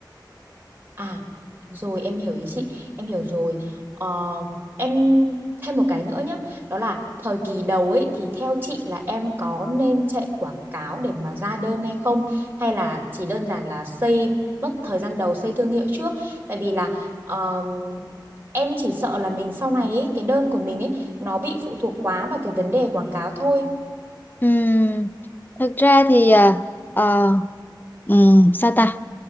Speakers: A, on the right; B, on the left.
A: À, rồi em hiểu ý chị, em hiểu rồi. Ờ, em thêm một cái nữa nhé, đó là thời kỳ đầu ấy thì theo chị là em có nên chạy quảng cáo để mà ra đơn hay không hay là chỉ đơn giản là xây mất thời gian đầu xây thương hiệu trước tại vì là ờm, em chỉ sợ là mình sau này ấy, cái đơn của mình ấy nó bị phụ thuộc quá vào cái vấn đề quảng cáo thôi.
B: Ừm, thật ra thì à, ờ, ừm, sao ta